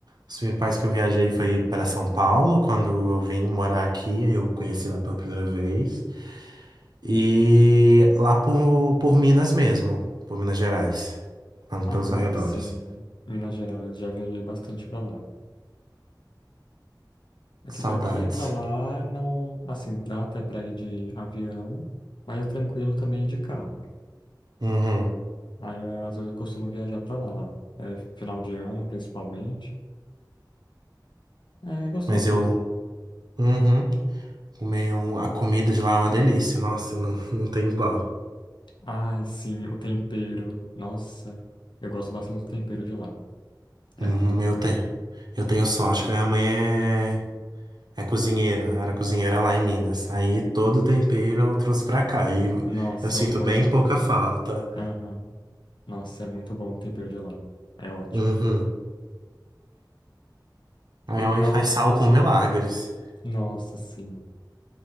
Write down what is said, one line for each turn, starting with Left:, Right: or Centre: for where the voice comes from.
Right: os principais que eu viajei foi para São Paulo, quando eu vim morar aqui, aí eu conheci lá pela primeira vez. E lá por, por Minas mesmo, por Minas Gerais, lá pelos
Left: Ah,
Right: arredores.
Left: sim, Minas Gerais, já viajei bastante para lá. É
Right: Que
Left: que
Right: saudades.
Left: daqui para lá não, assim, dá até para ir de avião, mas é tranquilo também ir de carro.
Right: Uhum.
Left: Aí é, às vezes eu costumo viajar para lá, é, final de ano principalmente. É gostosinho.
Right: Mas eu. Uhum. Comer um- a comida de lá é uma delícia. Nossa, não, <laughs> não tem igual.
Left: Ai, sim, o tempero. Nossa, eu gosto bastante do tempero de lá. É
Right: Uhum,
Left: muito bom.
Right: eu tenho. Eu tenho sorte que minha mãe é, é cozinheira, era cozinheira lá em Minas. Aí todo o tempero ela trouxe pra cá e
Left: Nossa,
Right: eu sinto
Left: ô coisa
Right: bem pouca
Left: boa.
Right: falta.
Left: Aham. Nossa, é muito bom o tempero de lá. É ótimo.
Right: Uhum. A minha
Left: E
Right: mãe
Left: é algo
Right: faz sal
Left: que você.
Right: com milagres.
Left: Nossa, sim.